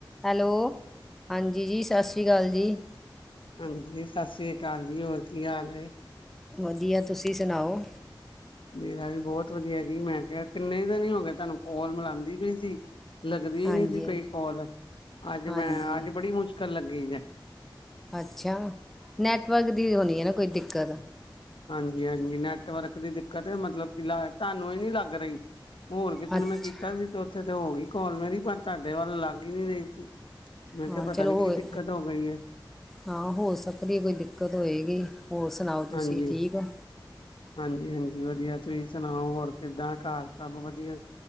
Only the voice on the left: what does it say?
ਹਾਂਜੀ, ਸਤਿ ਸ੍ਰੀ ਅਕਾਲ ਜੀ ਹੋਰ ਕੀ ਹਾਲ ਹੈ?
ਮੇਰਾ ਵੀ ਬਹੁਤ ਵਧੀਆ ਜੀ, ਮੈਂ ਕਿਹਾ ਕਿੰਨੇ ਦਿਨ ਹੀ ਹੋ ਗਏ ਤੁਹਾਨੂੰ ਕੋਲ ਮਿਲਾਉਂਦੀ ਪਈ ਸੀ। ਲੱਗਦੀ ਹੀ
ਨਹੀਂੀ ਸੀ ਪਈ ਕੋਲ, ਅੱਜ ਮੈਂ
ਅੱਜ ਬੜੀ ਮੁਸ਼ਕਿਲ ਲੱਗੀ ਹੈ।
ਹਾਂਜੀ-ਹਾਂਜੀ ਨੈਟਵਰਕ ਦੀ ਦਿੱਕਤ ਮਤਲਬ ਕੀ ਤੁਹਾਨੂੰ ਈ ਨੀ ਲੱਗ ਰਈ। ਹੋਰ ਕਿਸੇ
ਨੂੰ ਮੈਂ ਕੀਤਾ ਸੀ ਤੇ ਉੱਥੇ ਤੇ ਹੋ ਗਈ ਕਾਲ ਮੇਰੀ ਪਰ ਤੁਹਾਡੇ ਵੱਲ ਲੱਗ ਹੀ ਨ ਰਹੀ ਸੀ। ਮੈਂ
ਕਿਹਾ ਪਤਾ
ਨੀ
ਕੀ ਦਿੱਕਤ ਹੋ ਗਈ ਹੈ।
ਹਾਂਜੀ
ਹਾਂਜੀ- ਹਾਂਜੀ ਵਧੀਆ ਤੁਸੀਂ ਸੁਣਾਓ ਹੋਰ ਕਿੱਦਾਂ ਘਰ ਸਭ ਵਧੀਆ